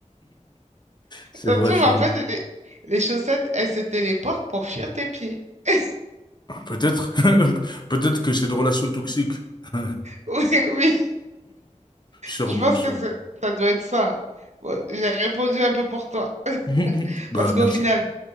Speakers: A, on the left (about 35°); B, on the right (about 65°).
A: C'est
B: Ça
A: vrai,
B: se trouve,
A: c'est
B: en
A: vrai.
B: fait, les, les chaussettes, elles se téléportent pour fuir tes pieds. <laughs>
A: Peut-être, <laughs> peut-être que c'est une relation toxique. <laughs>
B: Oui, oui.
A: Sûrement,
B: Je pense
A: sûrement.
B: que c'est- ça doit être ça. hein. Bon, j'ai répondu un peu pour toi. <laughs>
A: <laughs> Bah,
B: Parce qu'au
A: merci.
B: final,